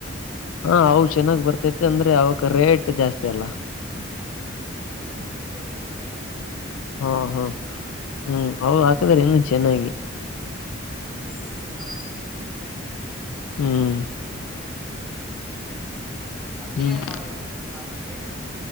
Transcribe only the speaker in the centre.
ಅಡೆಕ್ಗೆ ಅವ್ರೇಬೇಕಲ್ಲ
ಅದೇ ಏನ್ ಕಮ್ಮಗ ಬರುತ್ತೆ ನಮಗೆ.
<inaudible> ಹತ್ತಿನೆ
ಮಾಡಬಾರದು ನಿಮ್ಮ ಕಾಲದಲ್ಲಿ